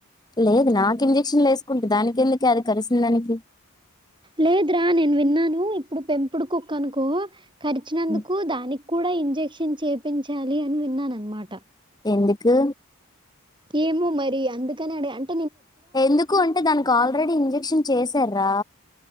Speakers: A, on the left (about 20°); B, on the right (about 20°).
A: లేదు నాకు ఇంజక్షన్లు వేసుకుంటే దానికి ఎందుకే అది కరిసిన దానికి
B: లేదురా నేను విన్నాను ఇప్పుడు పెంపుడు కుక్కనుకో కరిచినందుకు
A: ఉమ్,
B: దాని కూడా ఇంజెక్షన్ చేపించాలి అని విన్నానన్నమాట
A: ఎందుకూ
B: ఏమో మరి అందుకనె అ అడు
A: ఎందుకు అంటే దానికి ఆల్రెడీ ఇంజెక్షన్ చేసార్రా